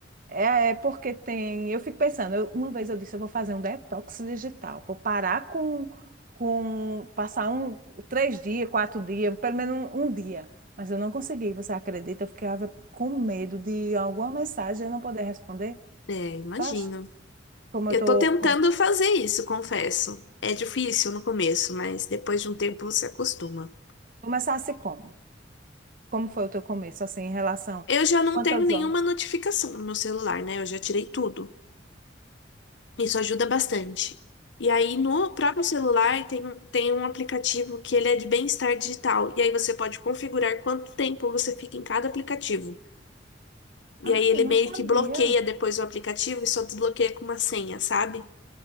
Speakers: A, on the right (about 50°); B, on the left (about 70°).
A: é, é porque tem. Eu fico pensando, eu- uma vez eu disse, eu vou fazer um detox digital, vou parar com, com passar um, três dias, quatro dias, pelo menos um, um dia. Mas eu não consegui, você acredita? Eu ficava com medo de alguma mensagem eu não poder responder,
B: É, imagino.
A: tu acha? Como
B: Eu
A: eu tô,
B: tô tentando fazer isso, confesso. É difícil no começo, mas depois de um tempo você acostuma.
A: Começasse como? Como foi o teu começo, assim, em relação...
B: Eu já não
A: Quantas
B: tenho nenhuma
A: horas?
B: notificação no meu celular, né? Eu já tirei tudo. Isso ajuda bastante. E aí, no próprio celular, tem, um- tem um aplicativo que ele é de bem-estar digital. E aí você pode configurar quanto tempo você fica em cada aplicativo. E
A: Ah,
B: aí ele
A: eu não
B: meio
A: sabia
B: que bloqueia depois o aplicativo e só desbloqueia com uma senha, sabe?